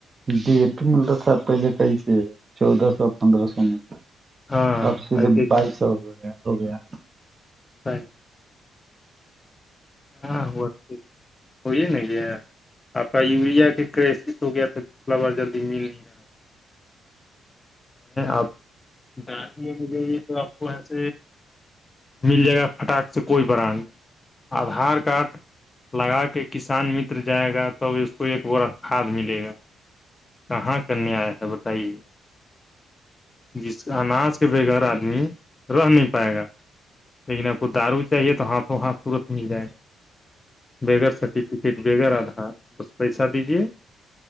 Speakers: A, on the right; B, on the left.
A: ڈیٹ ملتا تھاا پہل کہا سے ہے چودہ سو پندرہ سو میں
B: ہاں
A: اب سیدھے
B: آ دیکھیے
A: بائیس سو ہو گیا ہو گیا
B: <unintelligible> ہاں وہ ٹھیک ہو یہ نا گیا آپ کا یوریا کے کرسس ہو گیا تو پچھلا بار جلدی مل نہیں رہا آپ دان میں بھی جئیے تو آپ کو ایاںس مل جائے گا پٹاک سے کوئی برانڈ آدھار کارڈ لگا کے کسان متر جائے گا توب اس کو ایک بورت کھاد ملے گا کہاں کرنے آیا ہے بتائیے جس اناج کے گھر آدمی رہ نہیں پائے گا لیکن آپ کو دارو چاہیے تو ہاتھوں ہاتھ تورت مل جائے گا ب گگر سرٹیفکیٹ ب گگر آدھار بس پیسہ دیجیے